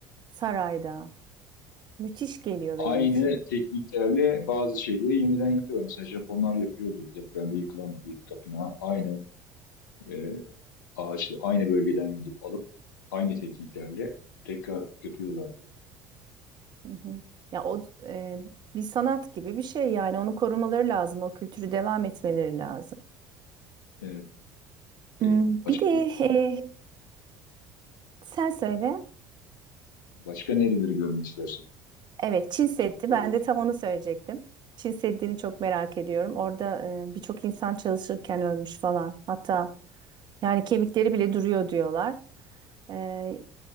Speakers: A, on the right; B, on the left.
A: Sarayda. Müthiş geliyor
B: Aynı
A: benim için.
B: tekniklerle bazı şeyleri yeniden yapıyorlar. Mesela Japonlar yapıyordu depremde yıkılan bir tapınağı aynı e, ağaçlı, aynı bölgeden gidip alıp aynı tekniklerle tekrar yapıyorlardı.
A: Hı hı. Ya o e, bir sanat gibi bir şey yani onu korumaları lazım, o kültürü devam etmeleri lazım.
B: Evet,
A: Hmm,
B: e, başka
A: Bir de e, sen söyle.
B: başka nereleri görmek istersin?
A: Evet, Çin Seddi.
B: Uzak Doğu
A: Ben
B: dışında.
A: de tam onu söyleyecektim. Çin Seddi'ni çok merak ediyorum. Orada e, birçok insan çalışırken ölmüş falan. Hatta yani kemikleri bile duruyor diyorlar. E,